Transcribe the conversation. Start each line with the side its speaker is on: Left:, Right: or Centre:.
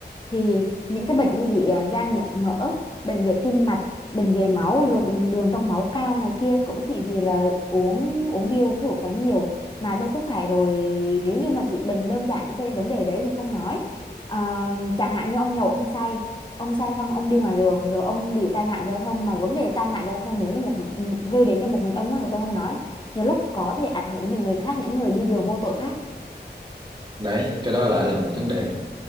Left: thì những cái bệnh như bị à, gan nhiễm mỡ, bệnh về tim mạch, bệnh về máu, lượng đường trong máu cao này kia cũng chỉ vì là uống uống bia uống rượu quá nhiều mà đâu có phải rồi nếu như mà chỉ bệnh đơn giản những cái vấn đề đấy thì không nói. À, chẳng hạn như ông nhậu ông say, ông say xong ông đi ngoài đường rồi ông bị tai nạn giao thông mà vấn đề tai nạn giao thông nếu như một ừ, gây đến cho một mình ông á thì tôi không nói. Nhiều lúc có thể ảnh hưởng đến những người khác, những người đi đường vô tội khác
Right: đấy cái đó lại là một vấn đề